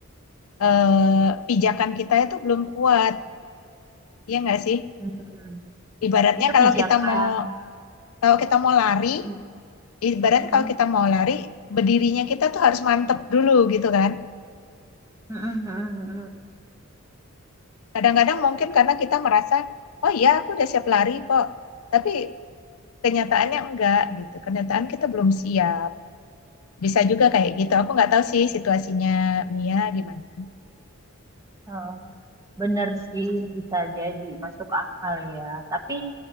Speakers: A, on the left (about 80°); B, on the right (about 15°).
A: eh, pijakan kita itu belum kuat, ya nggak sih?
B: mm-mm.
A: Ibaratnya
B: Itu
A: kalau
B: pijakan.
A: kita mau kalau kita mau lari
B: Mm,
A: ibarat
B: Mm-mm,
A: kalau kita mau lari, berdirinya kita tuh harus mantep dulu gitu kan.
B: mm-mm, mm-mm, mm-mm.
A: Kadang-kadang mungkin karena kita merasa, oh iya aku udah siap lari kok. Tapi kenyataannya enggak gitu. Kenyataan kita belum siap. Bisa juga kayak gitu. Aku nggak tahu sih situasinya Mia gimana.
B: Heeh. Bener sih bisa jadi masuk akal ya. Tapi